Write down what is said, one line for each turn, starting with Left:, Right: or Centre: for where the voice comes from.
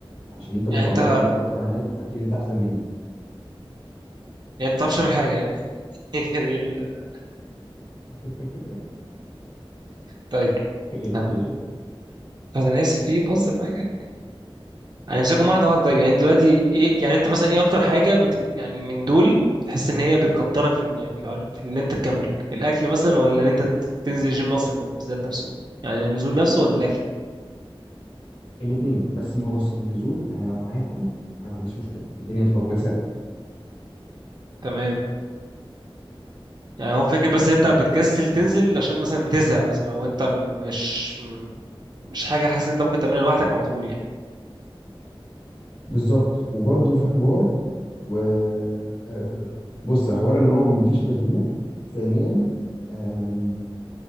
Left: عشان انت ما
Right: يعني
Left: شاء
Right: انت
Left: الله بقالك فتره هناك فاكيد انت احسن مني
Right: يعني انت بتعرفش تعمل حاجه يعني <laughs> هي دي ال...
Left: <laughs>
Right: طيب
Left: ماشي
Right: نعم. طب انا اسف في إيه؟ بهزر معاك يعني هنمسكهم واحده واحده طيب يعني دلوقتي ايه يعني انت مثلا ايه اكتر حاجه بت... يعني من دول بتحس ان هي بتقدرك في إن- يعني في ان انت تكمل الاكل مثلا ولا ان انت ت- تنزل الجيم اصلا بالذات نفسه يعني النزول نفسه ولا الاكل
Left: الاثنين بس ما هو بص النزول انا لو معايا حد انا ما عنديش مشكله الدنيا تبقى كويسه قوي
Right: تمام يعني هو فكرة بس انت بتكسل تنزل عشان مثلا بتزهق مثلا او انت مش مش حاجة حاسس ان انت ممكن تعملها لوحدك على طول يعني
Left: بالظبط وبرده في حوار و آه، ف- بص حوار ان هو ما فيش تشجيع ثانيا آم،